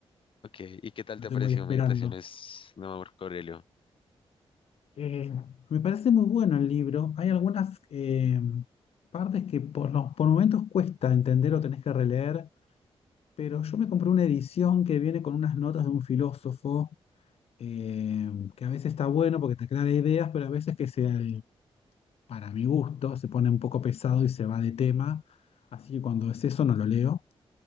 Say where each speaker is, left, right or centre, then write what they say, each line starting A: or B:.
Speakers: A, on the left; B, on the left.
A: Ok, ¿y qué tal
B: Lo
A: te
B: tengo
A: ha parecido
B: ahí esperando.
A: Meditaciones de Marco Aurelio?
B: Eh, me parece muy bueno el libro. Hay algunas eh, partes que por los, por momentos cuesta entender o tenés que releer, pero yo me compré una edición que viene con unas notas de un filósofo, eh, que a veces está bueno porque te aclara ideas, pero a veces que se, para mi gusto se pone un poco pesado y se va de tema. Así que cuando es eso no lo leo.